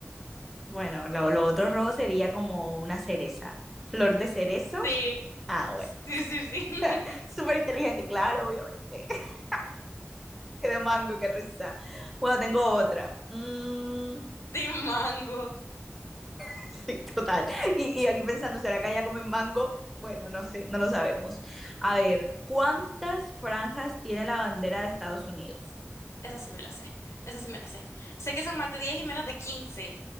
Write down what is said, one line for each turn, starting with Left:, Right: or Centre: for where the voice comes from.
Centre: Bueno, lo, lo otro rojo sería como una cereza, flor de cerezo.
Left: Sí,
Centre: Ah, bueno,
Left: sí, sí, sí. <laughs>
Centre: <laughs> súper inteligente, claro, obviamente. <laughs> Que de mango, qué risa. Bueno, tengo otra. Mm,
Left: De mango.
Centre: <laughs> Sí, total. Y, y aquí pensando, ¿será que allá comen mango? Bueno, no sé, no lo sabemos. A ver, ¿cuántas franjas tiene la bandera de Estados Unidos?
Left: Esa sí me la sé, esa sí me la sé. Sé que son más de 10 y menos de 15.